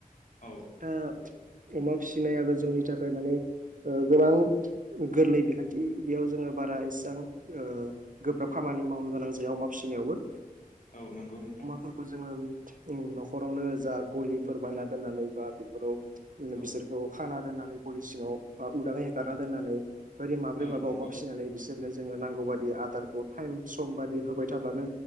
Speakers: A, on the left; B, on the right.
A: औ
B: दा अमा फिसिनायाबो जोंनि थाखाय मानेओ गोबां गोरलै बिखान्थि बेयाव जोङो बारा ऐसांओ गोब्राब खामानि मावनो गोनां जायो अमा फिसिनायावबो
A: औ नंगौ नोंथां
B: फोरखौ जोङो न'खरावनो जा गलिफोर बायना दोननानै बा बेफोराव
A: औ
B: बिसोरखौ खाना दोन्नानै गलि सिंआव उदाङै हेगारना दोन्नानै ओरै माबोरै
A: औ
B: माबा
A: नंगौ
B: अमासिनानै बिसोर जोंओ नांगौ बायदि आदारखौ टाइम सम होबाय थाब्लानो